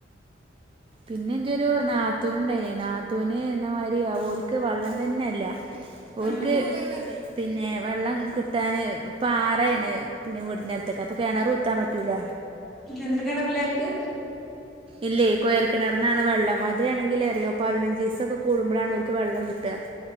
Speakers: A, on the right; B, in the centre.
A: പിന്നെ ഇന്റൊരു നാത്തൂന് ഇണ്ടായിനേ നാത്തൂന് എന്ന മാതിരി ക്ക് വള്ളം തന്നെല്ല ഓൽക്ക്
B: ഉം
A: പിന്നെ വെള്ളം കിട്ടാന് പാറേണ് പിന്നെ വീടിന്റെട്ത്തൊക്കെ അപ്പൊ കിണറ് കുത്താൻ പറ്റൂല
B: എന്തര് കെണറില്ലേ അവൽക്ക്
A: ഇല്ലേ കോയൽക്കിണർന്നാണ് വെള്ളം അത് വണെങ്കിൽ അറിയുമോ പതിനഞ്ച്സൊക്കെ കൂടുമ്പളാണ് ഓൽക്ക് വെള്ളം കിട്ട